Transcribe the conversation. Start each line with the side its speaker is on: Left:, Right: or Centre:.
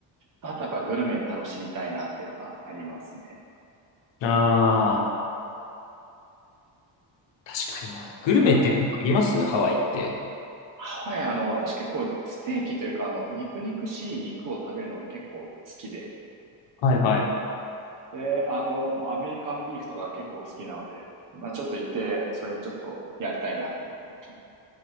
Right: あとやっぱグルメ楽しみたいなっていうのがありますね。
Left: ああ。確かにな。グルメってありますハワイって。
Right: はい。ハワイ、あの、私結構ステーキというか、あの、肉肉しい肉を食べるのが結構好きで、
Left: はいはい。
Right: で、あの、もうアメリカンビーフとか結構好きなので、まあちょっと行って、それちょっとやりたいなと思って